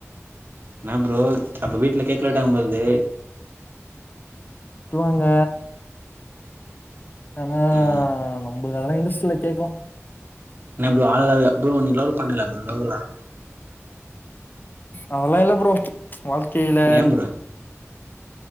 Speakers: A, on the right; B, on the left.
A: என்னா ப்ரோ அப்ப வீட்ல கேக்லா வெட்டுவாங்க போலது
B: வெட்டுவாங்க ஆனா
A: ம்
B: நம்ளுக்கு அதல்லா இன்ட்ரஸ்ட் இல்ல கேக்லா
A: என்னா ப்ரோ ஆள்லா இல்ல ப்ரோ நீங்க லவ் பண்லயா ப்ரோ லவ்வலா
B: அதல்லா இல்ல ப்ரோ வாழ்க்கேல
A: ஏன் ப்ரோ